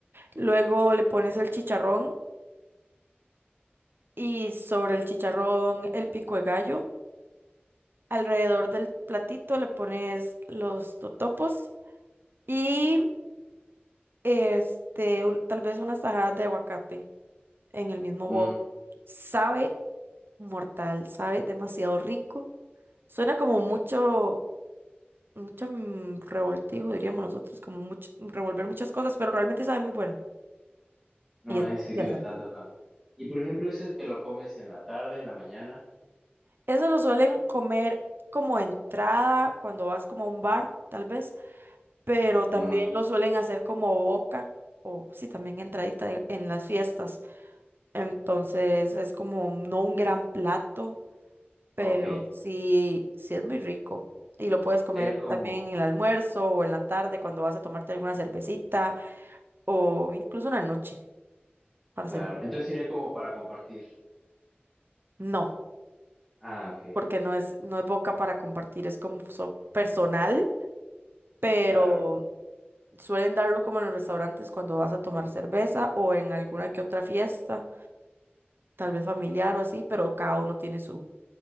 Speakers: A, on the right (about 60°); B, in the centre.
A: Luego le pones el chicharrón y sobre el chicharrón el pico de gallo. Alrededor del platito le pones los totopos y este, un- tal vez unas tajadas de aguacate en el mismo
B: mm,
A: bowl. Sabe mortal, sabe demasiado rico. Suena como mucho, mucho mm, revoltijo, diríamos nosotros, como mucho, revolver muchas cosas, pero realmente sabe muy bueno.
B: No,
A: Y es
B: eh,
A: fácil
B: sí,
A: de
B: sí me
A: hacer.
B: está antojando. Y por ejemplo, ese te lo comes en la tarde, en la mañana.
A: Eso lo suelen comer como entrada cuando vas como a un bar, tal vez, pero
B: Mm,
A: también lo suelen hacer como boca o sí, también entradita de- en las fiestas. Entonces es como no un gran plato, pero
B: ok.
A: sí, sí es muy rico. Y lo puedes comer
B: Sería como,
A: también en el almuerzo o en la tarde cuando vas a tomarte alguna cervecita o incluso una noche para
B: claro.
A: hacer.
B: Entonces sería como para compartir.
A: No,
B: Ah, ok.
A: porque no es, no es boca para compartir, es como so- personal pero
B: Claro.
A: suelen darlo como en los restaurantes cuando vas a tomar cerveza o en alguna que otra fiesta, tal vez familiar o así, pero cada uno tiene su,